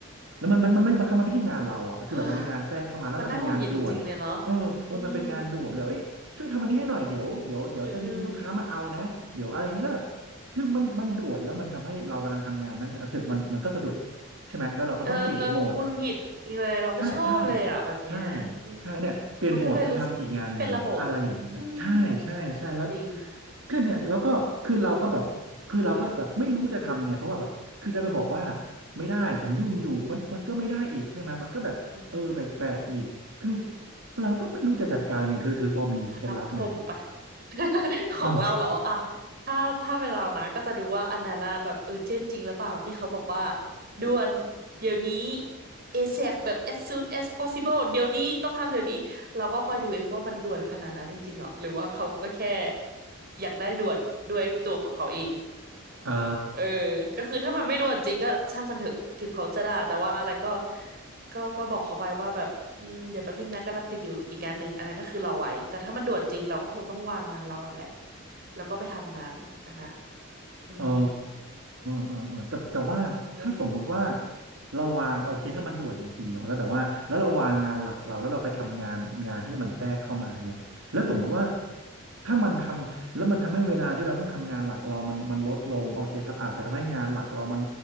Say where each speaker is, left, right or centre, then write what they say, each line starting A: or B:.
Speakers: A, on the right (about 75°); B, on the right (about 45°).
A: แล้วมันมันมันไม่บางครั้งมันไม่ใช่งานเราอ่ะคือแบบมันเป็นงานแทรกเข้ามาแล้วมันเป็นงานด่วนเออเออมันเป็นงานด่วนแบบเอ้ยช่วยทำอันนี้ให้หน่อยเดี๋ยวเดี๋ยวเดี๋ยวจะมีลูกค้ามาเอานะเดี๋ยวอะไรอย่างเงี้ยแล้วแบบคือมันมันด่วนแล้วมันทำให้เรากำลังทำงานนั้นเนี่ยเสร็จมันมันก็สะดุด
B: <sighs> มันน่าหงุดหงิดจริงๆเลยเนาะอืมอืม
A: ใช่ไหมแล้วเราก็ต้องเปลี่ยนโหมด
B: เออหงุดหงิดอเลยเราไม่ชอบเลยอ่ะแบบเนี้ยอืม
A: ใช่ใช่ใช่ใช่เนี่ยเปลี่ยนโหมดไปทำอีกงานหนึ่งอะไรอย่างเงี้ยใช่ใช่ใช่แล้ว
B: มันก็เลยรู้สึกเป็นระบบอืมจริง
A: คือเนี่ยแล้วก็คือเราก็แบบคือเราก็แบบไม่รู้จะทำยังไงเพราะว่าแบบคือจะไปบอกว่าไม่ได้ผมยุ่งอยู่มันมันก็ไม่ได้อีกใช่ไหมมันก็แบบเออแปลกๆอีกคือ
B: อืม
A: เราก็ไม่รู้จะจัดการยังไงเธอเธอพอมีเคล็ดลับไหม
B: อืมทับถมไป <laughs> ของเราเหรออ่ะ
A: เออ
B: ถ้าถ้าเป็นเรานะก็จะดูว่าอันนั้นนะแบบเออเจนจริงหรือเปล่าที่เขาบอกว่าด่วนเดี๋ยวนี้ ASAP แบบ as soon as possible เดี๋ยวนี้ต้องทำเดี๋ยวนี้เราก็คอยดูเองว่ามันด่วนขนาดนั้นจริงๆหรอหรือว่าเขาก็แค่อยากได้ด่วนด้วยตัวของเขาเอง
A: อ่า
B: เออก็คือถ้ามันไม่ด่วนจริงก็ช่างมันเถอะถึงเขาจะด่าแต่ว่าอะไรก็ก็ก็บอกเขาไปว่าแบบอืมเดี๋ยวแป๊บนึงนะกำลังติดอยู่อีกงานหนึ่งอันนั้นก็คือรอไว้แต่ถ้ามันด่วนจริงเราก็คงต้องวางงานเราแหละแล้วก็ไปทำอันนั้นอะนะอืม
A: อ๋อเออเออแต่แต่ว่าถ้าสมมุติว่า
B: เนอะ
A: เราวางโอเคถ้ามันด่วนจริงๆเนาะแล้วแบบว่าแล้วเราวางงานหลักเราแล้วเราไปทำงานงานที่มันแทรกเข้ามาเนี่ยแล้วสมมุติว่า
B: อืม
A: ถ้ามันทำแล้วมันทำให้เวลาที่เราต้องทำงานหลักเรามันมันลดลงโอเคถ้าอาจจะทำให้งานหลักเรามัน